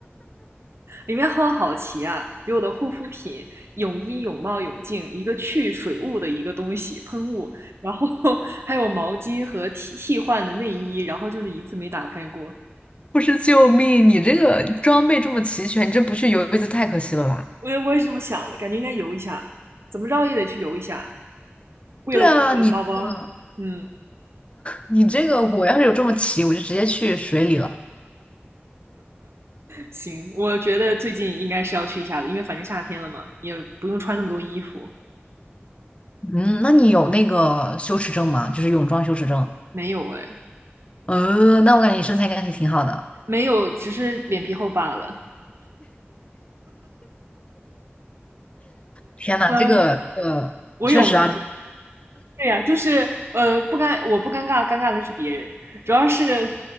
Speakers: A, on the right (about 70°); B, on the left (about 25°).
A: 里面好好奇啊，有我的护肤品、泳衣、泳帽、泳镜，一个去水雾的一个东西喷雾，然后 <laughs> 还有毛巾和替替换的内衣，然后就是一次没打开过。
B: 不是，救命！你这个装备这么齐全，你这不去游一次太可惜了吧？
A: 我也我也是这么想的，感觉应该游一下，怎么着也得去游一下。为了我这个包包，
B: 对啊，你这个
A: 嗯，
B: 你这个，我要是有这么齐，我就直接去水里了。
A: 行，我觉得最近应该是要去一下的，因为反正夏天了嘛，也不用穿那么多衣服。
B: 嗯，那你有那个羞耻症吗？就是泳装羞耻症。
A: 没有哎，
B: 呃，那我感觉你身材应该挺挺好的。
A: 没有，只是脸皮厚罢了。
B: 天呐，
A: 呃，
B: 这个呃，
A: 我有呢。
B: 确实啊，<laughs>
A: 对呀、就是呃，不尴，我不尴尬，尴尬的是别人，主要是。